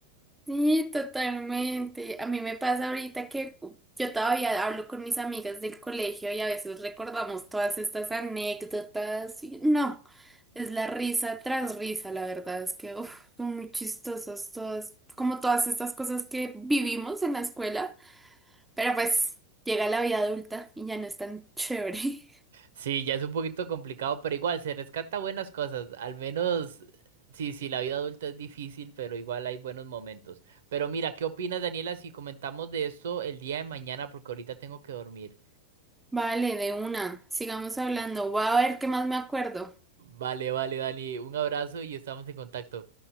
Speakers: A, in the centre; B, on the right (about 60°).
A: sí, totalmente. A mí me pasa ahorita que yo todavía hablo con mis amigas del colegio y a veces recordamos todas estas anécdotas. y no, es la risa tras risa, la verdad es que uf, son muy chistosas todas, como todas estas cosas que vivimos en la escuela, pero pues llega la vida adulta y ya no es tan chévere. <laughs>
B: Sí, ya es un poquito complicado, pero igual se rescata buenas cosas. Al menos, sí, sí, la vida adulta es difícil, pero igual hay buenos momentos. Pero mira, ¿qué opinas, Daniela, si comentamos de esto el día de mañana? Porque ahorita tengo que dormir.
A: Vale, de una, sigamos hablando. Voy a ver qué más me acuerdo.
B: Vale, vale, Dani, un abrazo y estamos en contacto.